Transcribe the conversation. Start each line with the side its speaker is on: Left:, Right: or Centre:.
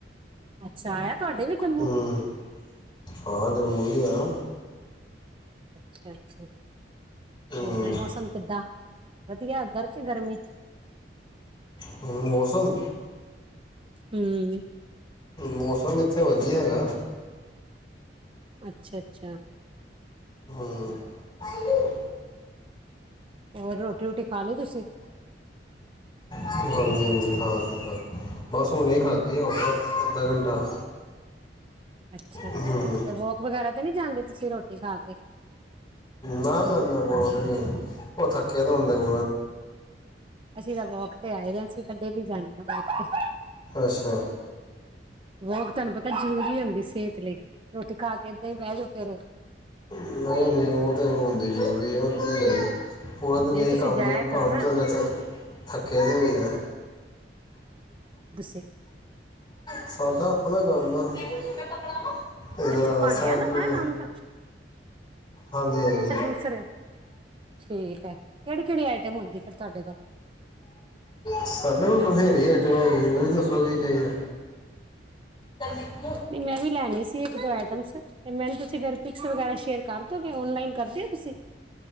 Right: ਅੱਛਾ ਆਇਆ ਤੁਹਾਡੇ ਵੀ ਜੰਮੂ
Left: ਹੂੰ ਹਾਂ ਜੰਮੂ ਵੀ ਆਇਆ
Right: ਅੱਛਾ, ਅੱਛਾ।
Left: ਹੂੰ,
Right: ਹੋਰ ਮੌਸਮ ਕਿੱਦਾਂ ਵਧੀਆ ਇਧਰ ਕੇ ਗਰਮੀ
Left: ਹੂੰ, ਮੌਸਮ
Right: ਹੂੰ।
Left: ਮੌਸਮ ਇੱਥੇ ਵਧੀਆ ਹੈਗਾ।
Right: ਅੱਛਾ, ਅੱਛਾ।
Left: ਹੂੰ। <unintelligible>
Right: ਹੋਰ ਰੋਟੀ ਰੁਟੀ ਖਾ ਖਾ ਲੀ ਤੁਸੀਂ
Left: ਹਾਂਜੀ, ਹਾਂਜੀ ਖਾ ਲਈ, ਖਾ ਬਸ ਹੁਣੇ ਹੀ ਖਾਧੀ ਆ, ਹੋ ਗਿਆ ਅੱਧਾ ਘੰਟਾ।
Right: ਅੱਛਾ, ਅੱਛਾ
Left: ਹੂੰ
Right: ਤੇ ਵੋਕ ਵਗੈਰਾ ਤੇ ਨਹੀਂ ਜਾਂਦੇ ਤੁਸੀਂ ਰੋਟੀ ਖਾ ਕੇ
Left: ਨਾ, ਨਾ, ਨਾ ਨਹੀਂ ਉਹ ਥ ਕੇ ਹੁੰਦੇ <inaudible>
Right: ਅਸੀਂ ਤਾਂ ਵੋਕ ਤੇ ਆਏ ਹੋਏ ਸੀ, ਅਸੀਂ ਡੇਲੀ ਜਾਂਦੇ ਹਾਂ ਇਥੇ
Left: ਅੱਛਾ।
Right: ਵੋਕ ਤੁਹਾਨੂੰ ਪਤਾ ਜ਼ਰੂਰੀ ਹੁੰਦੀ ਸਿਹਤ ਲਈ, ਰੋਟੀ ਖਾ ਕੇ ਏਦਾਂ ਹੀ ਬਹਿ ਜਾਓ ਫਿਰ
Left: ਨਹੀਂ, ਨਹੀਂ ਉਹ ਤੇ ਹੁੰਦੀ ਜਰੂਰੀ ਹੈ, ਹੁਣ ਕੀ ਕਰੀਏ? ਪੂਰਾ ਦਿਨ
Right: ਨਹੀਂ
Left: ਇਹੀਂ
Right: ਤੁਸੀਂ
Left: ਕੰਮ
Right: ਜਾਇਆ
Left: ਹੈ ਕੰਮ
Right: ਕਰੋ ਨਾ
Left: ਤੋਂ ਆਈ ਦਾ ਥੱਕੇ ਹੋਈਦਾ।
Right: ਠ
Left: ਸਾਡਾ ਆਪਣਾ ਕੰਮ ਐ। ਇਹਦਾ
Right: ਅੱਛਾ ਭਾਂਡਿਆਂ
Left: ਸੋਂਡਰਿੰਗ
Right: ਦਾ ਹੈ ਕੰਮ ਤਾਂ
Left: ਹਾਂਜੀ-ਹਾਂਜੀ,
Right: ਅੱਛਾ ਦੂਸਰੇ ਠੀਕ ਹੈ ਕਿਹੜੀ ਕਿਹੜੀ ਆਈਟਮ ਹੁੰਦੀ ਫਿਰ ਤੁਹਾਡੇ ਕੋਲ
Left: ਸਾਡੇ ਕੋਲ ਬਥੇਰੀ ਆਈਟਮ ਹੈਗੀ ਆ ਤੁਸੀ ਦੱਸੋ ਕੀ ਚਾਹੀਦਾ। ਤਦੀ <inaudible>
Right: ਨਹੀਂ ਮੈਂ ਵੀ ਲੈਣੀ ਸੀ ਇੱਕ ਦੋ ਆਈਟਮ, ਤੇ ਮੈਨੂੰ ਤੁਸੀਂ ਫਿਰ ਪਿਕਸ ਵਗੈਰਾ ਸ਼ੇਅਰ ਕਰਦੋਗੇ ਓਨਲਾਈਨ ਕਰਦੇਓ ਤੁਸੀਂ